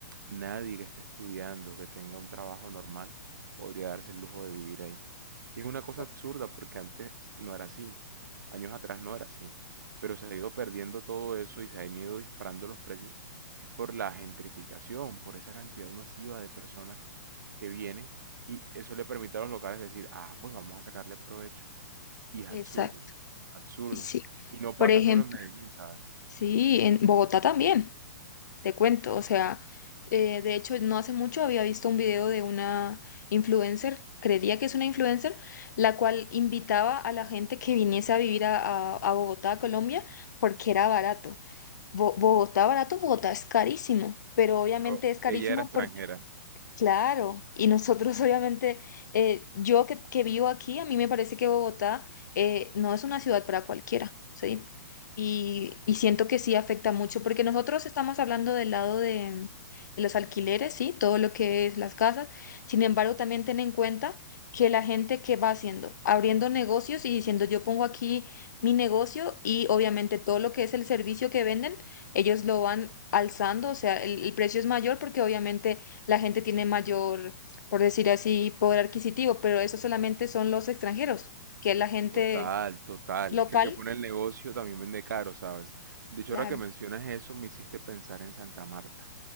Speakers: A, on the right; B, on the left.
A: Nadie que esté estudiando, que tenga un trabajo normal, podría darse el lujo de vivir ahí. Y es una cosa
B: O-
A: absurda porque antes no era así, años atrás no era así, pero se ha ido perdiendo todo eso y se han ido disparando los precios. Es por la gentrificación, por esa cantidad masiva de personas que vienen y eso le permite a los locales decir, ah, pues vamos a sacarle provecho. Y es
B: Exacto,
A: absurdo, absurdo.
B: y sí.
A: Y no
B: Por
A: pasa
B: ejemplo,
A: solo en Medellín, ¿sabes?
B: sí, en Bogotá también. Te cuento, o sea, eh, de hecho no hace mucho había visto un video de una influencer, creería que es una influencer, la cual invitaba a la gente que viniese a vivir a, a- a Bogotá, Colombia, porque era barato. Bo- Bogotá barato, Bogotá es carísimo, pero obviamente
A: Pero
B: es carísimo
A: ella era extranjera.
B: Claro, y nosotros <laughs> obviamente, eh, yo que, que vivo aquí, a mí me parece que Bogotá eh, no es una ciudad para cualquiera, ¿sí? Y, y siento que sí afecta mucho, porque nosotros estamos hablando del lado de, de los alquileres, ¿sí? Todo lo que es las casas. Sin embargo, también ten en cuenta que la gente que va haciendo, abriendo negocios y diciendo, yo pongo aquí mi negocio y obviamente todo lo que es el servicio que venden, ellos lo van alzando, o sea, el el precio es mayor porque obviamente la gente tiene mayor, por decir así, poder adquisitivo, pero eso solamente son los extranjeros, que es la gente
A: Total, total.
B: local.
A: Es que el que pone el negocio también vende caro, ¿sabes? De hecho,
B: Claro.
A: ahora que mencionas eso, me hiciste pensar en Santa Marta.